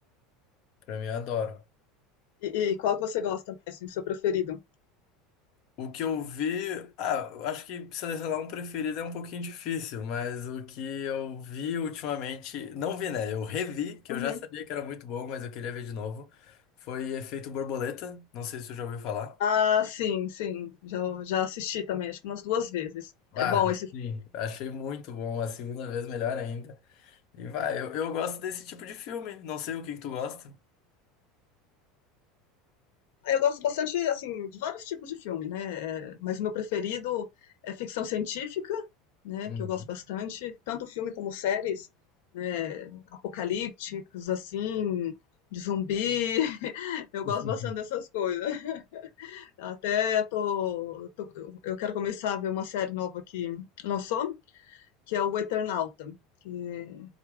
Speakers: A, on the left; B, on the left.
A: pra mim eu adoro.
B: E e qual que você gosta mais, assim, do seu preferido?
A: O que eu vi, ah, eu acho que selecionar um preferido é um pouquinho difícil, mas o que eu vi ultimamente, não vi, né? Eu revi, que
B: Uhum.
A: eu já sabia que era muito bom, mas eu queria ver de novo. Foi Efeito Borboleta, não sei se você já ouviu falar.
B: Ah, sim, sim. Já, já assisti também, acho que umas duas vezes.
A: Ah,
B: É bom esse filme.
A: sim, achei muito bom, a segunda vez melhor ainda. E vai, eu, eu gosto desse tipo de filme, não sei o que que tu gosta.
B: Ah, Eu gosto bastante, assim, de vários tipos de filme, né? É, mas o meu preferido é ficção científica, né?
A: Uhum.
B: Que eu gosto bastante. Tanto filme como séries, né? Apocalípticos, assim, de zumbi. <laughs> Eu
A: <laughs>
B: gosto bastante dessas coisas. Até tô, tô- eu quero começar a ver uma série nova que lançou, que é o Eternauta, que